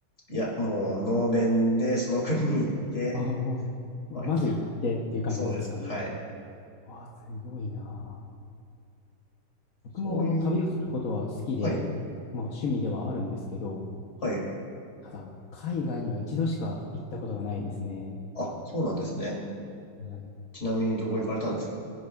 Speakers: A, on the left; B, on the left.
A: いや、もう、ノーベンで、その国に行って、
B: あ <laughs> あ、もう、
A: まあ、
B: まず行ってっていう感じですかね。
A: 基本。そうです。はい。
B: わあ、すごいな。僕もあの旅をすることは好きで、
A: そういう、はい、
B: まあ趣味ではあるんですけど、
A: はい。
B: ただ海外には一度しか行ったことがないですね。
A: あ、そうなんですね。
B: はい。
A: ちなみにどこ行かれたんですか